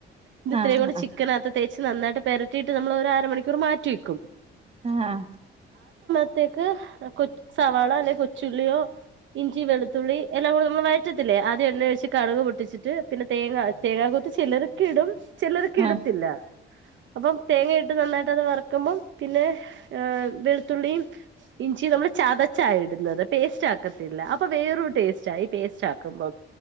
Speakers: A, on the right; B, on the right.
A: ഇ ഇത്രയും
B: ആഹ്
A: കൂടെ
B: ആഹ്
A: ചിക്കനക പ്രത്യേകച്ച് നന്നായിട്ട് പെരട്ടിയിട്ട് നമ്മൾ ഒരു അര മണിക്കൂർ മാറ്റി വെക്കും
B: ആഹ
A: ത്തേക്ക് കൊ സവാള അല്ലെങ്ക കൊച്ചുള്ളിയോ ഇഞ്ചി വെളുത്തുള്ളി എല്ലാം കൂടെ നമ്മൾ വഴറ്റത്തില്ല അത് എണ്ണ ഒഴിച്ച് കടുക് പൊട്ടിച്ചിട്ട് പിന്നെ തേങ്ങ തേങ്ങാകോത്ത് ചിലരോക്കെ ഇടും ചിലർക്ക്
B: ആഹ്
A: ഇടത്തില്ല
B: ആഹ്
A: അപ്പം തേങ്ങ ഇട്ട് നന്നായിട്ട് അത് വറക്കുമ്പം പിന്നെ വെളു ത്തുള്ളിയും ഇഞ്ചി നമ്മള് ചതച്ചായി ഇടുന്നത് പേസ്റ്റ് ആക്കത്തില്ല അപ്പൊ വേറൊരു ടേസ്റ്റ ആ ഇ പേസ്റ്റ് ആകുമ്പോ